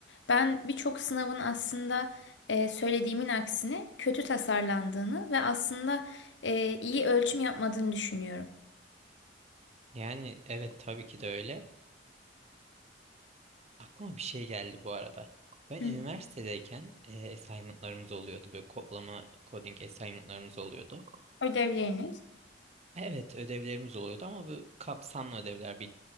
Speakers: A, on the left (about 75°); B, on the right (about 35°).
A: Ben birçok sınavın aslında eee, söylediğimin aksine kötü tasarlandığını ve aslında eee, iyi ölçüm yapmadığını düşünüyorum.
B: Yani evet tabii ki de öyle. Aklıma bir şey geldi bu arada. Ben
A: Hı.
B: üniversitedeyken e, assignment'larımız oluyordu. Böyle kodlama, coding assignment'larımız oluyordu.
A: Ödevleriniz.
B: Evet, ödevlerimiz oluyordu ama bu kapsamlı ödevler bir